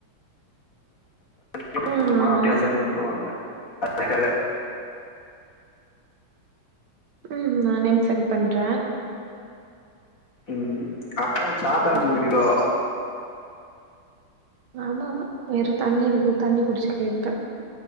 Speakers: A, on the left; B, on the right.
A: <inaudible>
B: ம் ஆமா
A: அப்டியே அசைன் பண்ட்ருவாங்க அதுக்காக
B: ம் நானேவு செண் பண்ற
A: ம் அப்றோ சாப்ட அனுப்ச்சுவுச்சுடீக்ளோ
B: ஆமா ஆமா ஆமா வேற தண்ணி இருக்கு தண்ணி குடிச்சுகிட்டே இருப்ப